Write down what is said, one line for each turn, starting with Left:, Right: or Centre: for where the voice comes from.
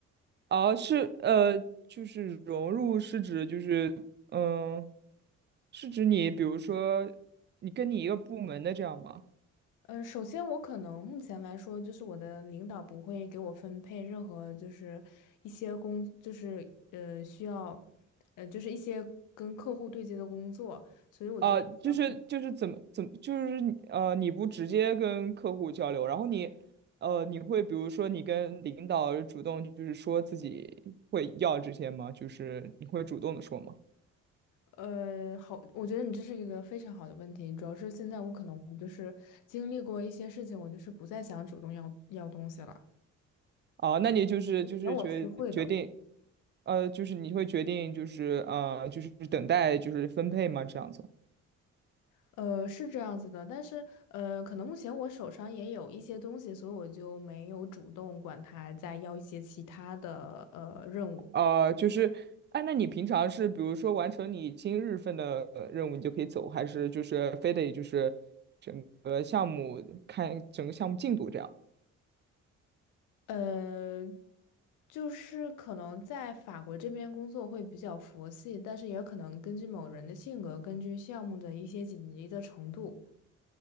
Right: 哦，是呃，就是融入是指就是嗯，是指你比如说你跟你一个部门的这样吗？
Left: 呃，首先我可能目前来说，就是我的领导不会给我分配任何就是一些工，就是呃需要，呃就是一些跟客户对接的工作，所以我就不知道
Right: 啊、就是就是怎么怎么就是你呃，你不直接跟客户交流，然后你呃，你会比如说你跟领导主动就是说自己会要这些吗？就是你会主动的说吗？
Left: 呃好，我觉得你这是一个非常好的问题，主要是现在我可能我就是经历过一些事情，我就是不再想主动要要东西了，
Right: 啊、那你就是就是决决定，
Left: 那我是会的，
Right: 呃，就是你会决定就是呃，就是等待就是分配吗？这样子。
Left: 呃，是这样子的，但是呃，可能目前我手上也有一些东西，所以我就没有主动管他再要一些其他的呃任务。
Right: 啊，就是，哎，那你平常是比如说完成你今日份的呃任务，你就可以走，还是就是非得就是整个项目看整个项目进度这样？
Left: 呃，就是可能在法国这边工作会比较佛系，但是也可能根据某人的性格，根据项目的一些紧急的程度。